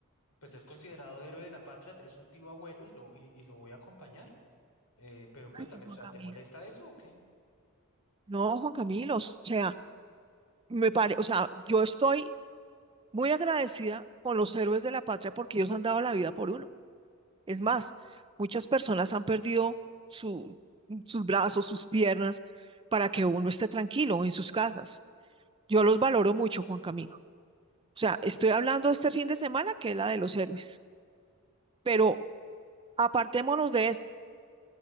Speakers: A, on the left; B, on the right.
A: pues es considerado héroe de la patria, es un tío abuelo y lo, y, y lo voy a acompañar. Eh, pero cuéntame,
B: Ay, Juan
A: o sea,
B: Camilo.
A: ¿te molesta eso o qué?
B: No, Juan Camilo, o sea, me pare, o sea, yo estoy muy agradecida con los héroes de la patria porque ellos han dado la vida por uno. Es más, muchas personas han perdido su, sus brazos, sus piernas, para que uno esté tranquilo en sus casas. Yo los valoro mucho, Juan Camilo. O sea, estoy hablando este fin de semana que es la de los héroes, pero apartémonos de esas.